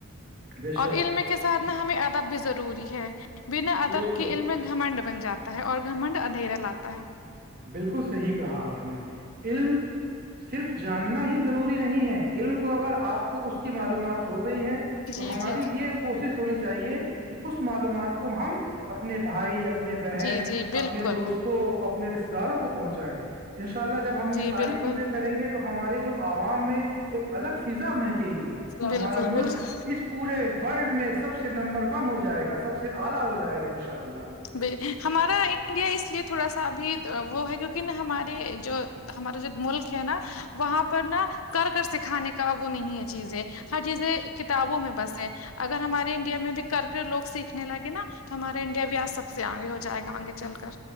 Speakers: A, on the right; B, on the left.
A: بے
B: اور
A: شک
B: علم کے ساتھنا
A: اس-
B: ہمیں ادب بھی ضروری ہے بنا ادب
A: بالکل
B: کے علم گھمنڈ بن جاتا ہے اور گھمنڈ اندھیرا لاتا ہے
A: بالکل صحیح کہا آپ نے علم صرف جاننا ہی ضروری نہیں ہے علم کو اگر آپ کو اس کی معلومات ہو گئی ہے تو
B: جی
A: ہماری
B: جی
A: یہ کوشش ہونی چاہیے کہ اس معلومات کو ہم اپنے بھائی اپنے اپنے بہن
B: جی جی بالکل
A: اپنے دوستوں اپنے رشتے داروں کو پہنچائے ان شاء اللہ جب ہم یہ
B: جی
A: ساری
B: بالکل
A: چیزیں کریں گے تو ہمارے جو عوام میں ایک الگ فضا مہنکے گی
B: بالکل
A: ہمارا
B: بالکل
A: ملک اس پورے ورلڈ میں سب سے نمبر ون ہو جائے گا سب سے سے اعلہ ہو جائے گا ان شاء اللہ
B: ب ہمارا انڈیا اس لیے تھوڑا سا بھی وہ ہے کیونکہ ہمارے جو ہمارا جو ملک ہے نا وہاں پر نا کر کر سکھانے کا وہ نہیں ہے چیزیں ہر چیزیں کتابوں میں بس ہے اگر ہمارے انڈیا میں بھی کر کے لوگ سیکھ نے لگے نا تو ہمارا انڈیا بھی آج سب سے آگے ہو جائے گا آگے چل کر